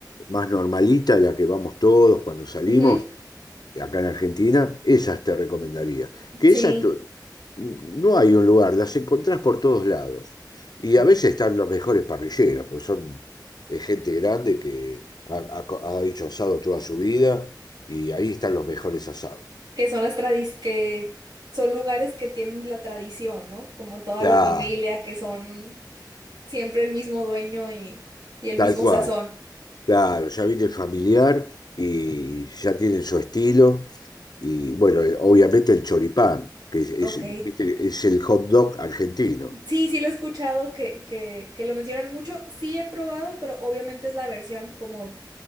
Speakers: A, on the left; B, on the right.
A: más normalita, la que vamos todos cuando salimos,
B: Ujú,
A: acá en Argentina, esas te recomendaría. Que
B: Sí,
A: esas tu- no hay un lugar, las encontrás por todos lados.
B: ok.
A: Y a veces están los mejores parrilleros, porque son eh, gente grande que ha, ha co- ha hecho asado toda su vida y ahí están los mejores asados.
B: Que son las tradis, que son lugares que tienen la tradición, ¿no? Como toda
A: Claro,
B: la familia, que son siempre el mismo dueño y, y el
A: tal
B: mismo
A: cual.
B: sazón.
A: Claro, ya viene familiar y ya tienen su estilo. Y bueno, eh, obviamente el choripán, que es, es,
B: Ok.
A: viste, es el hot dog argentino.
B: Sí, sí lo he escuchado que, que, que lo mencionan mucho. Sí he probado, pero obviamente es la versión como